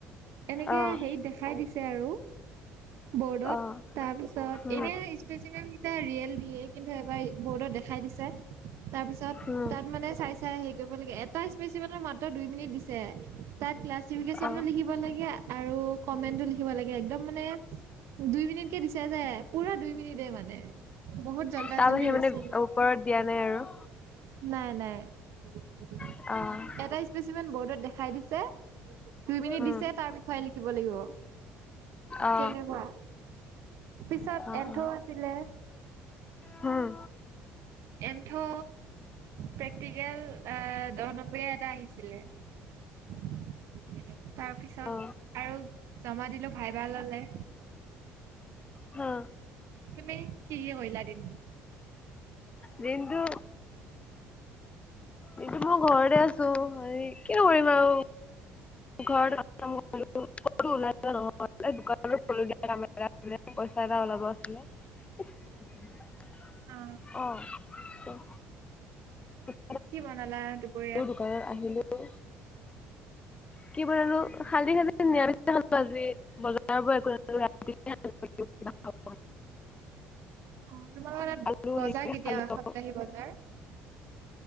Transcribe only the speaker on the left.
অ
অ
উম
উম
অ
তাৰ
বাহিৰে
মানে ওপৰত দিয়া নাই আৰু
অঁ অ অহ।
উম
অ
অ
অ
হম
অ
হ অ।
দিনটো কিন্তু মই ঘৰতে আছোঁ হয় ই ই কি কৰিবা আৰু ঘৰত আঠটা মান শুলো। কতো ওলোৱা থকা নহয় এই দোকানখনৰ দোকানিয়া পইচা এটা ওলাব আছিলে। <unintelligible>
অঁ ধেত ধেত। <unintelligible>
দোকানত আহিলো। কি বলো খালি-খালি নিৰমিচে খালো আজি বজাৰৰ পৰা একো ৰা <unintelligible>
আলু
এনেকৈ
খালো